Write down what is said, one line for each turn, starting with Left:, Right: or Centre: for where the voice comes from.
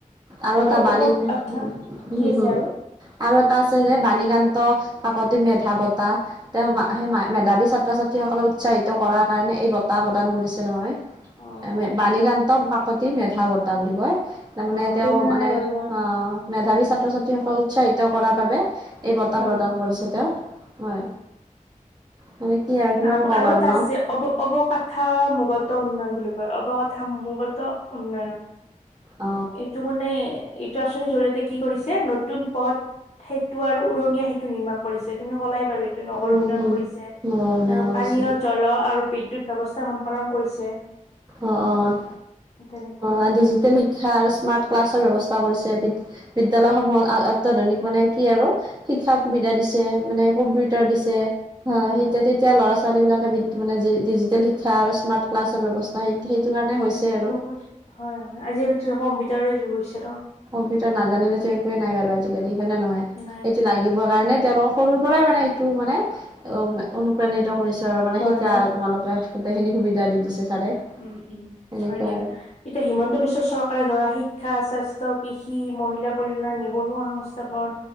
Right: আৰু এটা
Left: অৱক
Right: বানী
Left: আথা
Right: <unintelligible>
Left: কি আছে আৰু
Right: আৰু এটা আছে যে বাণীকান্ত কাকতি মেধা বঁটা, তেওঁ সেই
Left: অ
Right: মেধাৱী ছাত্ৰ ছাত সকলক উৎসাহিত কৰাৰ কাৰণে এই বঁটা প্ৰদান কৰিছে নহয়।
Left: অ
Right: বাণীকান্তম
Left: অ
Right: কাকতি মেধা বটা বুলি কয়। তাৰ মানে
Left: অ এইটো
Right: তেওঁ
Left: শুনা
Right: মানে
Left: নাই বাৰু মই
Right: অ, মেধাৱী ছাত্ৰ ছাত্ৰীসকল উৎসাহিত ত' কৰাৰ বাবে এই বঁটা
Left: অ
Right: প্ৰদান কৰিছে তেওঁ হয়, মানে কি কিমান
Left: আৰু
Right: কম
Left: আৰু এটা
Right: ন
Left: আছে অৱ অৱকাথা মগত উন্নয়ন বুলি কয়, অৱকাথা মগত গত উন্নয়ন।
Right: অ
Left: এইটো মানে এইটো আচনিৰ জৰিয়তে কি কৰিছে নতুন পথ সেইটো আৰু উৰণীয়া সেইটো নিৰ্মাণ কৰিছে, তুমি ক'লাই বাৰু এইটো নগৰ
Right: উম,
Left: উন্য়ন
Right: উম,
Left: কৰিছে। আৰু
Right: কৰিছিল
Left: পানীয় জ্বল আৰু বিদ্যুৎ ব্যৱস্থা সম্পাদন কৰিছে।
Right: অ', অ',
Left: তেনেকুৱা আৰু
Right: অ', ডিজিটেল শিক্ষা আৰু স্মাৰ্ট ক্লাছৰ ব্যৱস্থা। কৰিছে, বিদ্যালৰ সমূহত অত্যাধুনিক মানে কি আৰু শিক্ষা
Left: উম
Right: সুবিধা দিছে, মানে কম্পিউটাৰ দিছে, সেইয়া,
Left: উম
Right: তেতিয়া ল'ৰা, ছোৱালী বিলাক মানে ডিজিটেল শিক্ষ আৰু স্মাৰট ক্লাছৰ ব্যৱস্থা সেই সেইটো কাৰণে হৈছে
Left: অটো
Right: আৰু
Left: অ, হয়, হয় আজিকালিতো চ, কম্পিউটাৰে যুগ হৈছে ন।
Right: কম্পিটাৰ নাজানিলে, যে, একোৱে নাই বাৰু আজি আজিকালি সেনে, নহয়
Left: নাই
Right: সটো
Left: নাই
Right: লাগিবৰ কাৰণে, তেওঁলোকক সৰুৰ পৰাই মানে টো, মানে উ, অনুপ্ৰাণিত কৰিছে আৰু মানে
Left: হয়
Right: শিকা
Left: হয়
Right: আৰু তোমালোকে গোটেইখিনি সুবিধা দি, দিছে। ছাৰে
Left: উম, উম,
Right: এনেকুৱা
Left: হয় দিয়া।
Right: আৰু
Left: এতিয়া হিমন্ত বিশ্ব চৰকাৰে ধৰা শিক্ষা, স্বাস্থ্য, কৃষি মহিলা কল্যাণ, নিবনুৱা সংস্থাপন,